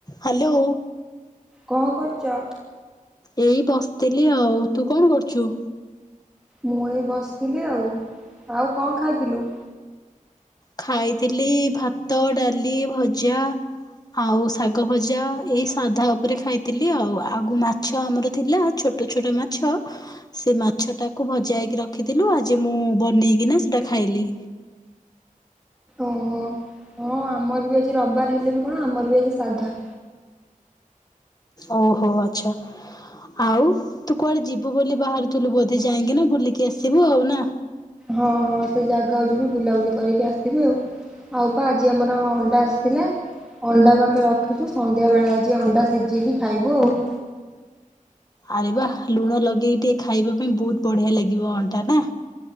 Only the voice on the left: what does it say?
Hello.
ଏଇ ବସିଥିଲି ଆଉ। ତୁ କଣ କରୁଛୁ?
ଖାଇଥିଲି ଭାତ, ଡାଲି ଭଜା। ଆଉ ଶାଗ ଭଜା ଏଇ ସାଧା ଉପରେ ଖାଇଥିଲି ଆଉ। ଆଗ ମାଛ ଆମର ଥିଲା ଛୋଟ୍ ଛୋଟ ଛୋଟ ମାଛ ସେ ମାଛଟାକୁ ଭଜାଇକି ରଖିଥିଲୁ ଆଜି ମୁଁ ବନେଇକିନା ସେଟା ଖାଇଲି।
ଅ ହ ଆଚ୍ଛା। ଆଉ ତୁ କୁଆଡ଼େ ଯିବୁ ବୋଲି ବାହାରୁଥିଲୁ ବୋଧେ ଯାଇକିନା ବୁଲିକି ଆସିବୁ ଆଉ ନା?
ଆରେ ବାଃ ଲୁଣ ଲଗେଇ ଟିକେ ଖାଇବା ପାଇଁ ବହୁତ ବଢିଆ ଲାଗିବ ଅଣ୍ଡା ନା?